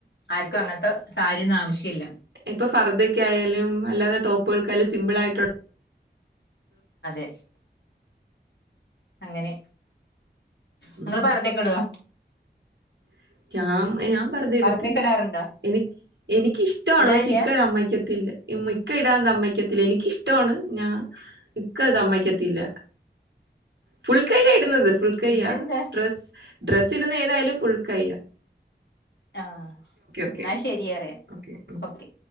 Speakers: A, on the left; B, on the right.
A: ആർക്കും അങ്ങനത്തെ സ ആവശ്യമില്ല
B: ഇപ്പൊ ഫർദക്കായാലും അല്ലാതെ ടോപ്പ്ുകൾക്കായാലും സിംമ്പിൾ ആയിട്ടു
A: അതെ അങ്ങനെ നിങ്ങള്
B: ഉം
A: ഫർദ്ദയൊക്കെടുവൊ
B: <unintelligible> ഞാൻ ഫർദ്ദ ഇടത്തില്ല
A: പർദ്ദയൊക്കെ ഇടാറുണ്ടോ
B: എനി എനിക്ക് ഇഷ്ടമാണ്
A: ഇടാനില്ല
B: പക്ഷ ഇക്ക സമ്മതിക്കത്തില്ല മിക്ക ഇടാൻ തമ്മയ്ക്കത്തില്ല എനിക്കിഷ്ടമാണ് ഞാൻ ഇക്ക സമ്മതിക്കത്തില്ല ഫുൾ കയ്യ ഇടുന്നത് ഫുൾ കയ്യ
A: പിന്നെന്താ
B: ഡ്രസ്സ് ഡ്രസ്സ് ഇടുന്ന ഏതായാലും ഫുൾ കയ്യ
A: ആഹ
B: ഓക്കെ
A: എന്നാ ശരി അറിയ
B: ഓക്കെ ഉം
A: ഓക്കെ